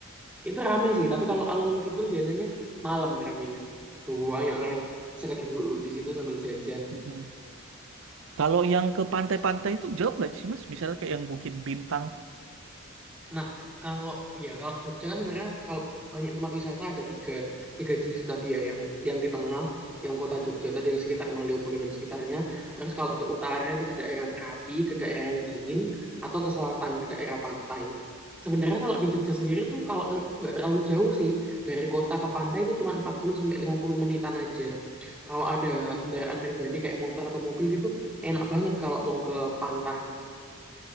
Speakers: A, in the centre; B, on the right (about 60°).
A: Itu rame sih, tapi kalau alun-alun kidul biasanya malam ramenya. Banyak orang yang sekedar duduk di situ sambil jajan.
B: Mm-mm. Kalau yang ke pantai-pantai itu jauh nggak sih, Mas? Misalnya kayak yang Bukit Bintang.
A: Nah, kalau ya kalau Jogja kan sebenarnya kalau banyak tempat wisata ada tiga tiga jenis tadi ya yang yang di tengah, yang kota Jogja tadi yang sekitar Malioboro dan sekitarnya. Terus kalau ke utara itu ke daerah Merapi, ke daerah yang dingin atau ke selatan ke daerah pantai. Sebenarnya kalau di Jogja sendiri tuh kalau menurutku nggak terlalu jauh sih dari kota ke pantai itu cuma 40 sampai 50 menitan aja. Kalau ada kendaraan pribadi kayak motor atau mobil gitu enak banget kalau mau ke pantai.